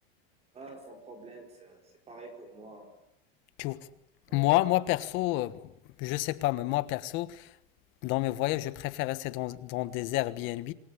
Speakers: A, on the right (about 20°); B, on the left (about 40°).
A: Ah, sans problème, ça- c'est pareil pour moi.
B: Tu-
A: Oui.
B: Moi, moi perso, euh, je sais pas, mais moi perso. Dans mes voyages, je préfère rester dans, dans des Airbnb.